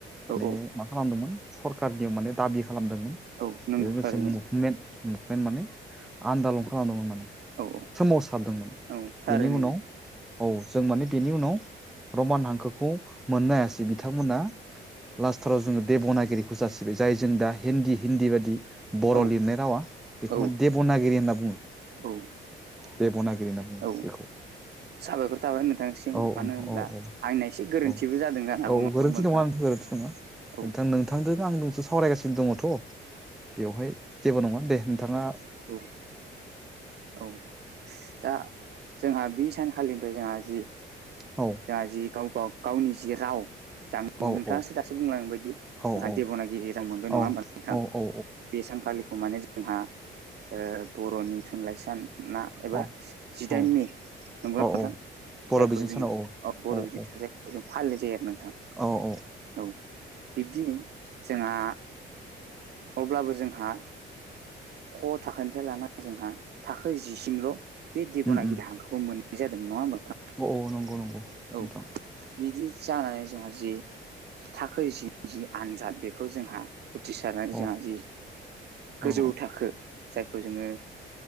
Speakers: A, in the centre; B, on the right.
A: माने
B: औ
A: मा खालामदोंमोन सरकारनियाव माने दाबि खालामदोंमोन
B: औ नंगौ
A: बे मोनसे
B: थारैनो
A: मुभमेन्ट मुभमेन्ट माने आन्दालन खालामदोंमोन माने
B: औ
A: सोमावसारदोंमोन
B: औ थारैनो
A: बेनि उनाव औ जों माने बेनि उनाव रमान हांखोखौ मोननो हायासै बि बिथांमोना लास्टाराव जोंङो देब'नागिरिखौ जासिबाय जाय जों दा हिन्दी हिन्दी बायदि बर'
B: औ
A: लिरनाय रावा बेखौ
B: औ
A: माने देब'नागिरि होनना बुंङो
B: औ
A: देब'नागिरि होनना बुङो
B: औ
A: बेखौ
B: साबायखर थाबाय नोंथांसिम
A: औ
B: मानो
A: औ
B: होनब्ला
A: औ औ
B: आंना एसे गोरोन्थिबो
A: औ
B: जादों जानो हागौ
A: औ
B: नङा
A: गोरोन्थि
B: होनबा नोंथां
A: गोरोन्थि नङा
B: औ
A: नोंथां नोंथांदोनो आं सो सावरायगासिनो दंङथ' बेवहाय जेबो नंङा दे नोंथांङा
B: औ औ दा जोंहा बि सानखालिनिफ्राय जोंहा जि
A: औ
B: जोंहा जि गाव गाव गावनि जि राव ज
A: औ
B: नोंथाङासो
A: औ
B: दासो बुंलां बायदि
A: औ
B: जोंहा
A: औ
B: देब'नागिरि राव मोनदों
A: औ
B: नङा होमब नोंथां
A: औ औ
B: बे सानखालिखौ माने जोंहा ओ बर'नि थुनलाइ सान ना एबा
A: औ
B: जिदाइन
A: औ
B: मे नोंगौ
A: औ
B: नोंथां
A: औ बर'
B: जायखौ
A: बिजों
B: जोङो
A: सानाव
B: अ बर'
A: औ
B: बि जायगाखौ
A: औ
B: जों फालिनाय जायो आरो नोंथां
A: औ औ
B: औ बिब्दिनो जोंहा अब्लाबो जोंहा ओ ख' थाखनिफ्राय लाना जोंहा थाखो जिसिमल' बे देब'नागिरि
A: उम उम
B: हांखोखौ मोननाय जादों नङा होमब नोंथां
A: औ औ नंगौ नंगौ
B: औ
A: नोंथां
B: बिदि जानानै जोंहा जि थाखो जि जि आनजाद बेखौ जोंहा उथ्रिसारनानै
A: औ
B: जोंहा जि गोजौ
A: औ
B: थाखो जायखौ जोंङो